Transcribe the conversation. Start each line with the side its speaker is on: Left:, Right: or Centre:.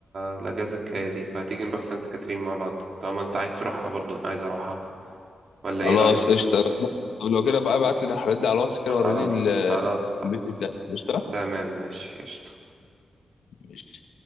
Right: الاجازه الجايه دي فتيجي نروح سانت كاترين مع بعض طالما انت عايز تروحها برضو انا عايز اروحها ولا
Left: خلاص
Right: ايه رايك
Left: قشطه لو كده طب لو كده بقى ابعت لي الحاجات دي على الواتس كده
Right: خلاص
Left: وريني ال-
Right: خلاص خلاص
Left: الفيديو بتاعك قشطه
Right: تمام ماشي قشطة
Left: ماشي